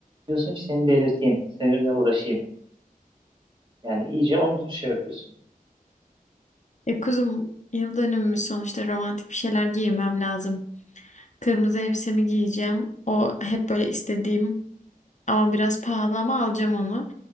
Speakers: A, on the right; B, on the left.
A: diyorsun ki seni delirteyim, seninle uğraşayım. Yani iyice onu şey yapıyorsun.
B: E kuzum yıl dönümümüz sonuçta romantik bir şeyler giymem lazım. Kırmızı elbisemi giyeceğim. O hep böyle istediğim ama biraz pahalı ama alacağım onu.